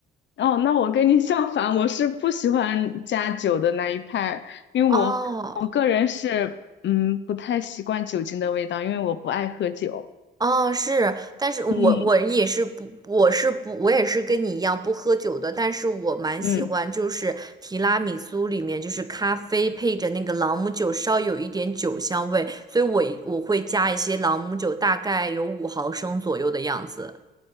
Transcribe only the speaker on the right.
哦
哦，是，但是我我也是不，
我是不，我也是跟你一样不喝酒的，但是我蛮喜欢，
就是提拉米苏里面就是咖啡配着那个朗姆酒，稍有一点酒香味，所以我我会加一些朗姆酒，大概有五毫升左右的样子。